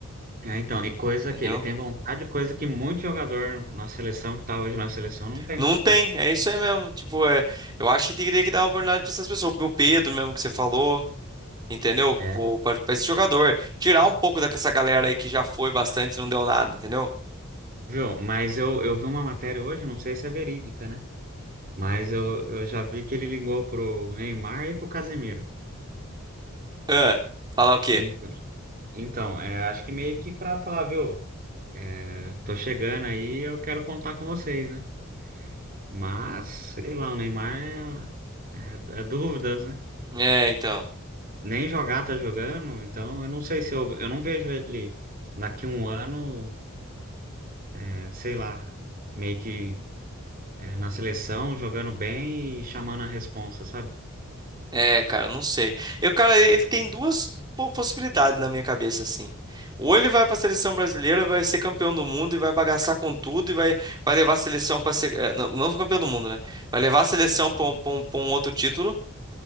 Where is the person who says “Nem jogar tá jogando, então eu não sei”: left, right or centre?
Right